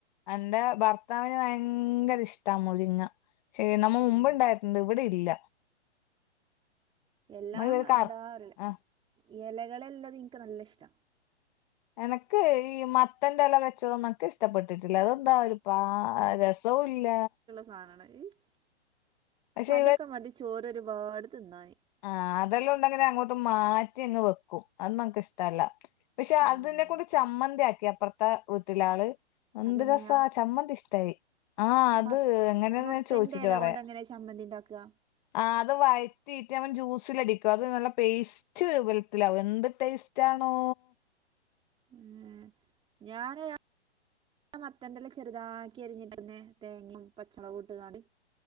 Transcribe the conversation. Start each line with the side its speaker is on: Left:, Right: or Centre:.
Left: എന്റെ ഭർത്താവിന് ഭയങ്കര ഇഷ്ട മുരിങ്ങ ശെ നമ്മൾ
Right: ഉം
Left: മുമ്പുണ്ടായിട്ടുണ്ട് ഇവിടെ ഇല്ല
Right: എല്ലാ
Left: നമ്മ ഇവര് കർ
Right: എന്താ പറ
Left: ആഹ്
Right: ഇലകളെല്ലത് എനിക്ക് നല്ല ഇഷ്ട
Left: എനക്ക് ഈ മത്തന്റെ ഇല വെച്ചതൊന്നക്ക് ഇഷ്ടപ്പെട്ടിട്ടില്ല അത്. എന്താ ഒരുപ്പാ രസവു ഇല്ല
Right: സാധന ഐഷ്
Left: പക്ഷെ
Right: അതൊക്കെ മതി ചോറ് ഒരുപാട് തിന്നാൻ
Left: ആ അതെല്ലാം ഉണ്ടെങ്കെ അങ്ങോട്ട് മാറ്റി അങ്ങ് വെക്കും അത് നമുക്ക് ഇഷ്ടല്ല പക്ഷെ
Right: ആഹ്
Left: അതിനെക്കൊണ്ട് ചമ്മന്തിയാക്കി അപ്പുറത്തെ വീട്ടിലള് ഒന്ത്
Right: അതെങ്ങനെയാ
Left: രസാ ചമ്മന്തി ഇഷ്ടായി ആഹ്‌ അത്
Right: മ
Left: എങ്ങനെയന്ന്
Right: മത്തന്റെ
Left: ഞാൻ ചോയിച്ചിട്ട്
Right: ഇല
Left: പറയാ
Right: കൊണ്ട് എങ്ങനെ ചമ്മന്തി ഉണ്ടാക്കുക
Left: ആ അത് വഴത്തി മ്മൻ ജ്യൂസിലടിക്ക അത് നല്ല പേസ്സ്റ്റ് വൽത്തിലാവു എന്ത് ടേസ്ട്ടാണോ
Right: ഉം ഞാന് ആ മത്തൻന്റെല ചെറുതാക്കി അരിഞ്ഞിട്ട് തന്നെ തേങ്ങയും പച്ചമുളക് ഇട്ട്കാട്